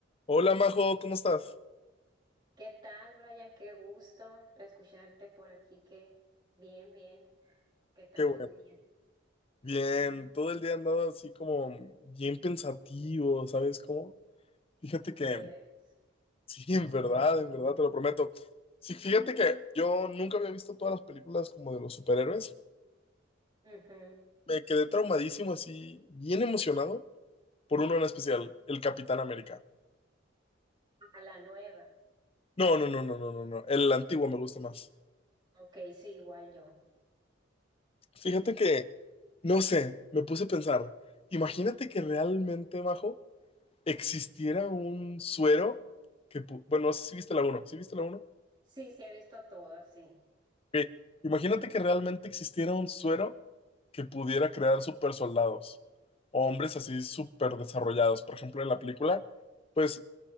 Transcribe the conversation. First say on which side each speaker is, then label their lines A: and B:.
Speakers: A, on the left; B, on the right.
A: Hola Majo, ¿cómo estás?
B: ¿Qué tal, Brian? Qué gusto escucharte por aquí. Que bien, bien. ¿Qué tal
A: Qué bueno.
B: tu día?
A: Bien, todo el día he andado así como bien pensativo, ¿sabes cómo? Fíjate que,
B: De veras.
A: sí, <laughs> en verdad, en verdad, te lo prometo. Sí, fíjate que yo nunca había visto todas las películas como de los superhéroes.
B: Ujú.
A: Me quedé traumadísimo así, bien emocionado por uno en especial, el Capitán América.
B: A la nueva.
A: No, no, no, no, no, no, no, el antiguo me gusta más.
B: Ok, sí, igual yo.
A: Fíjate que, no sé, me puse a pensar, imagínate que realmente, Majo, existiera un suero que, pu- bueno, no sé si viste la uno ¿sí viste la uno
B: Sí, sí, he visto todas, sí.
A: Ok, Imagínate que realmente existiera un suero que pudiera crear super soldados o hombres así super desarrollados. Por ejemplo, en la película, pues,